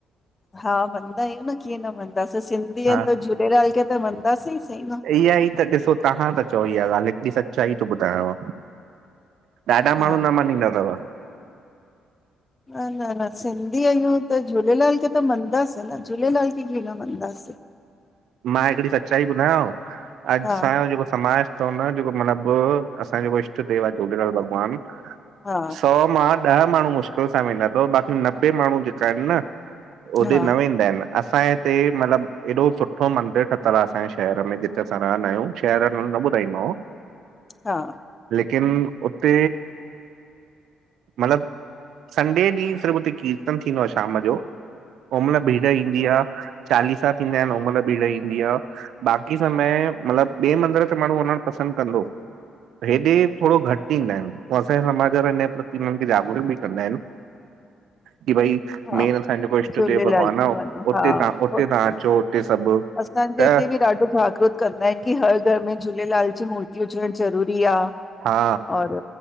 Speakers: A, on the left (about 25°); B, on the right (about 75°).
A: हा मञदा आयूं न कीअं न मञदासीं सिंधी आयूं
B: हा
A: त झूलेलाल खे त मञदासीं सही न
B: इहा ई त ॾिसो तव्हां त चओ इहा ॻाल्हि हिकड़ी सचाई थो ॿुधायांव। ॾाढा
A: हा
B: माण्हू न मञींदा तव।
A: न न न सिंधी आयूं त झूलेलाल खे त मञदासीं न झूलेलाल खे कीअं न मञदासीं
B: मां हिकड़ी सच्चाई ॿुधायांव अॼ असांजो
A: हा
B: जेको समाज चवंदा आहिन जेको मतलबु असांजो जेको इष्ट आहे देव झूलेलाल भॻवान
A: हा
B: सौ मा ॾह माण्हू मुश्किल सां वेंदा तव बाक़ी नबे माण्हू जेका आहिनि न होॾे
A: हा
B: न वेंदा आहिनि। असांजे हिते मतिलब एॾो सुठो मंदीर ठतल आहे असांजे शहर में जिथे असां रहंदा आहियूं शहर ॼो नालो न ॿुधाईंदोमांव।
A: हा।
B: किन उते मतिलबु संडे ॾींहं सिर्फ उते कीर्तन थींदो आ शाम जो। ओ महिल भीड़ ईंदी आहे चालीसा थींदा आहिनि ओहिं भीड़ ईंदी आ बाक़ी समय मतलब ॿिए मंदीर ते माण्हू वञणु पसंद कंदो। हेॾे थोरो घटि ईंदा आहिनि पो असांजे समाज वारा हिन जे प्रति हुननि खे जागरूक ॿि कंदा आहिनि।
A: <inaudible>
B: की भई
A: हा
B: मेन असांजो जेको इष्ट
A: झूलेलाल
B: देव भॻवान
A: के
B: आ
A: मनो
B: उते
A: हा
B: तव्हां उते
A: हो त
B: तव्हां अचो
A: आए।
B: उते सभु
A: असांजे
B: त
A: हिते बि ॾाढो जागृत कंदा आहिनि की हर घर में झूलेलाल जी मूर्तियूं हुजेन ज़रूरी आ
B: हा
A: और